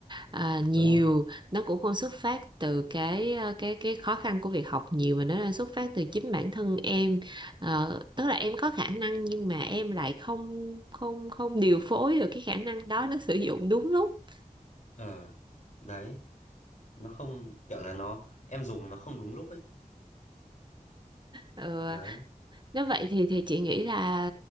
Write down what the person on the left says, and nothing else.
đúng rồi
ờ đấy nó không kiểu là nó em dùng nó không đúng lúc ấy
đấy